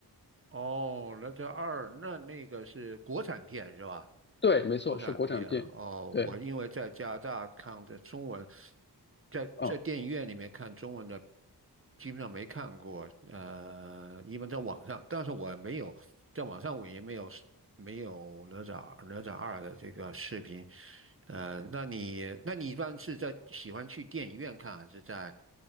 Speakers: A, on the right; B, on the left.
A: 哦，那这二，那那个是国产片是吧？
B: 对，没错，
A: 国产片啊哦，
B: 是国产片，
A: 我因为在加拿大看的中文，
B: 对。
A: 在在电影院里面看中文的，
B: 啊
A: 基本上没看过。呃，一般在网上，但是我没有在网上，我也没有没有哪吒哪吒二的这个视频。呃，那你那你一般是在喜欢去电影院看，还是在